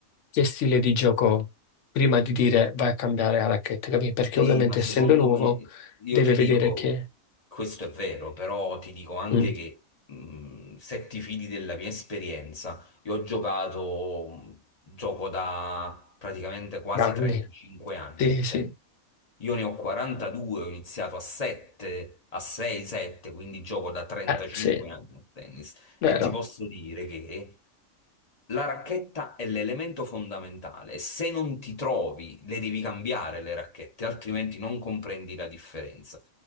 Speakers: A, on the left (about 70°); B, on the left (about 35°).
A: che stile di gioco ho, prima di dire vai a cambiare la racchetta, capì? Perché
B: Sì,
A: ovviamente
B: ma secondo
A: essendo nuovo
B: me, io
A: deve
B: ti
A: vedere
B: dico,
A: che...
B: questo è vero, però ti dico anche
A: Mm,
B: che mh, se ti fidi della mia esperienza, io ho giocato, mh, gioco da praticamente quasi
A: danni,
B: 35 anni
A: sì,
B: a
A: sì,
B: te. Io ne ho 42, ho iniziato a 7, a 6, 7, quindi gioco da 35
A: eh, sì,
B: anni a tennis
A: vero.
B: e ti posso dire che la racchetta è l'elemento fondamentale. Se non ti trovi, le devi cambiare le racchette, altrimenti non comprendi la differenza.